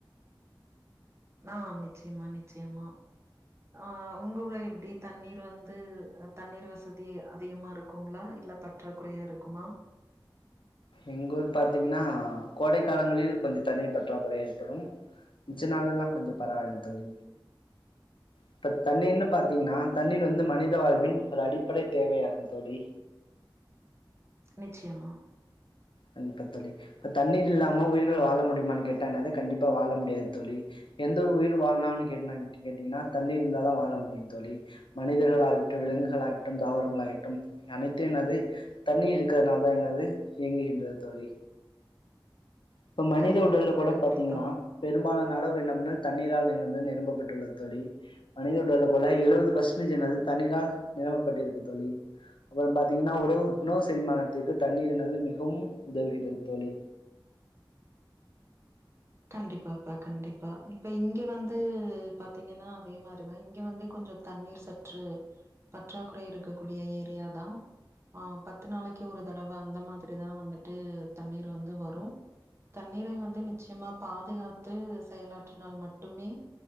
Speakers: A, on the right; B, on the left.
A: ஆ நிச்சயமா நிச்சயமா ஆ உங்கூருல எப்பிடி தண்ணீர் வந்து தண்ணீர் வசதி அதிகமா இருக்குங்களா இல்ல பற்றாக்குறையா இருக்குமா
B: எங்க ஊர் பாத்தீங்கன்னா கோடைக்கலங்களில் கொஞ்சு தண்ணீர் பற்றாக்குறை ஏற்படும் மிச்ச நாள்ல்லா கொஞ்சு பரவாள தோளி இப்ப தண்ணீர்னு
A: ஓ
B: பாத்தீங்கின்னா தண்ணீர் வந்து மனித வாழ்வின் ஒரு அடிப்படை தேவையாகும் தோளி
A: நிச்சயமா
B: கண்டிப்பா தோழி இப்போ தண்ணீர் இல்லாம உயிர்கள் வாழ முடியுமான்னு கேட்டா என்னது கண்டிப்பா வாழ முடியாது தோழி எந்தொரு உயிர் வாழனுனாலு என்னான்னு கேட்டீங்கன்னா தண்ணீர் இருந்தா தா வாழ முடியு தோழி மனிதர்கள் ஆகட்டும் விலங்குகள் ஆகட்டும் தாவரங்கள் ஆகட்டும் அனைத்தும் என்னாது தண்ணீர் இருக்கிறதுனால தா என்னது இயங்கு <unintelligible> தோழி இப்ப மனித
A: கண்டிப்பாப்பா
B: உடல் கூட
A: கண்டிப்பா
B: பாத்தீங்கன்னா பெரும்பாலான அளவு என்னம்னா தண்ணீரால் என்ன நிரப்பப்பட்டுள்ளது தோழி மனித உடல்ல போல எழுவது பர்ஸ்டேன்ஸ் என்னது தண்ணீரால் நிரப்பப்பட்டிருக்கு தோழி அப்பறோ பாத்தீங்கன்னா உறவும் உணவு செரிமானத்திற்கு தண்ணீர் என்னது மிகவும் உதவுகிறது தோழி
A: கண்டிப்பாப்பா கண்டிப்பா இப்ப இங்க வந்து பாத்தீங்கன்னா அதே மாரிதா இங்க வந்து கொஞ்சோ தண்ணீர் சற்று பற்றாக்குறை இருக்கக்கூடிய ஏரியா தா ஆஹ் பத்து நாளைக்கி ஒரு தடவை அந்த மாதிரிதா வந்துட்டு தண்ணீர் வந்து வரு தண்ணீரை வந்து நிச்சயமா பாதுகாத்து செயலாற்றினால் மட்டுமே